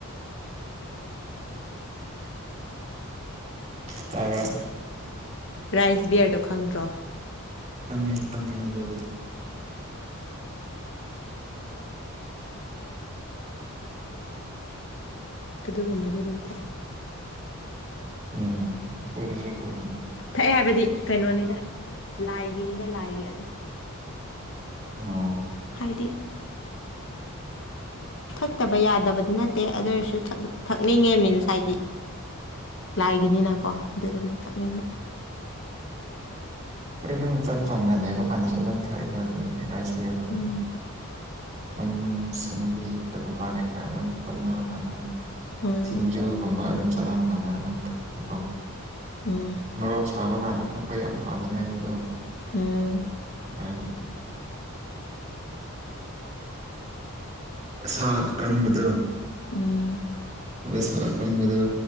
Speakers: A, on the right (about 30°); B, on the left (about 55°).
A: ꯇꯥꯔ
B: ꯔꯥꯏꯁ ꯕꯤꯌꯔꯗꯣ ꯈꯪꯗ꯭ꯔꯣ
A: ꯐꯝꯦ ꯐꯝ ꯑꯗꯨ
B: ꯑꯗꯨꯒꯨꯝꯕꯗꯤ ꯑꯗꯨꯝ ꯊꯛꯑꯦ
A: ꯎꯝꯈꯣꯏꯗꯤꯁꯨꯣꯏ ꯇ
B: ꯊꯛꯑꯦ ꯍꯥꯏꯕꯗꯤ ꯀꯩꯅꯣꯅꯤꯗ ꯂꯥꯏꯒꯤꯅꯤꯗ ꯂꯥꯏꯒꯤ ꯑꯗꯨ
A: ꯑꯣ
B: ꯍꯥꯏꯗꯤ ꯊꯛꯇꯕ ꯌꯥꯗꯕꯗꯤ ꯅꯠꯇꯦ ꯑꯗꯨ ꯑꯣꯏꯔꯁꯨ ꯊꯛꯅꯤꯡꯉꯦ ꯃꯤꯟꯁ ꯍꯥꯏꯗꯤ ꯂꯥꯏꯒꯤꯅꯤꯅꯀꯣ ꯑꯗꯨꯗꯨꯅ ꯊꯛꯅꯤꯡꯕ
A: ꯑꯩ ꯑꯗꯨꯝ ꯏꯆꯝ ꯆꯝꯅ ꯂꯩꯕ ꯀꯥꯟꯗꯁꯨ ꯑꯗꯨꯝ ꯊꯛꯏꯗ ꯑꯗꯨꯗꯤꯥꯏꯁ
B: ꯎꯝ
A: ꯑꯗꯨꯝ ꯁꯟꯗꯦ ꯀꯩꯒꯨꯝꯕ ꯀꯩꯀꯥ ꯑꯗꯨꯝ ꯄꯨꯟꯅꯕ ꯀꯥꯟꯗ
B: ꯎꯝ
A: ꯁꯤꯡꯖꯨꯒꯨꯝꯕ ꯑꯗꯨꯝ ꯆꯥꯅꯕ ꯀꯥꯟꯗ ꯑꯗꯨꯝ ꯊꯛꯄꯀꯣ
B: ꯎꯝ
A: ꯃꯔꯣꯛ ꯁꯥꯕ ꯀꯥꯟꯗ ꯊꯛꯄ ꯌꯥꯝ ꯐꯕꯅꯦ ꯑꯗꯨꯗꯣ
B: ꯎꯝ
A: ꯍꯥꯏ ꯁꯥ ꯑꯀꯪꯕꯗ
B: ꯎꯝ
A: ꯑꯗꯨꯗ ꯁꯥꯀꯗꯨ